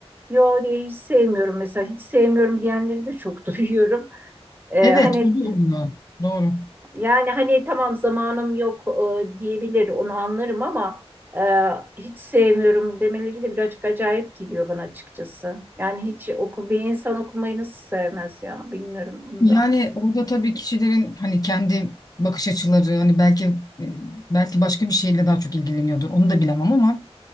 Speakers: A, on the right; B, on the left.
A: Yo diye hiç sevmiyorum mesela hiç sevmiyorum diyenleri de çok <laughs> duyuyorum. E,
B: Evet
A: hani
B: o da oluyor doğru.
A: yani hani tamam zamanım yok e, diyebilir onu anlarım ama e, hiç sevmiyorum demeleri de birazcık acayip geliyor bana açıkçası. Yani hiç oku, bir insan okumayı nasıl sevmez ya bilmiyorum bunu
B: Yani
A: da.
B: orada tabii kişilerin hani kendi bakış açıları hani belki e, belki başka bir şeyle daha çok ilgileniyordur. Onu da bilemem ama